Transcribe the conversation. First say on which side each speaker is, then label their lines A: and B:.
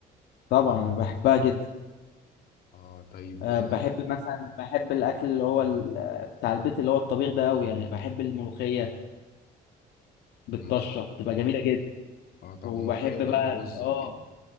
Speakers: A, on the left (about 80°); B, on the left (about 65°).
A: طبعا انا بحبها جدا
B: اه طيب
A: أه
B: آه،
A: بحب مثلا بحب الاكل اللي هو ال- آه، بتاع البيت اللي هو الطبيخ ده قوي يعني بحب الملوخية بالطشة
B: ملوخية
A: بتبقى جميلة جدا
B: اه طبعا
A: وبحب
B: ملوخية بقى
A: بقى
B: ورز
A: ال- اه
B: وكده